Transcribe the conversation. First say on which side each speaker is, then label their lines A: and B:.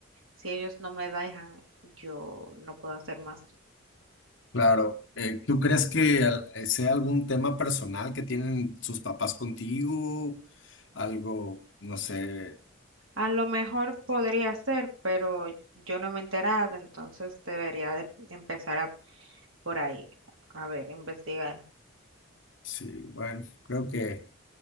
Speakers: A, on the right; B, on the left.
A: si ellos no me dejan, yo no puedo hacer más.
B: claro. Eh, ¿tú crees que al- eh, sea algún tema personal que tienen sus papás contigo? Algo, no sé
A: A lo mejor podría ser, pero yo no me he enterado, entonces debería de empezar a- por ahí, a ver, investigar.
B: Sí, bueno, creo que,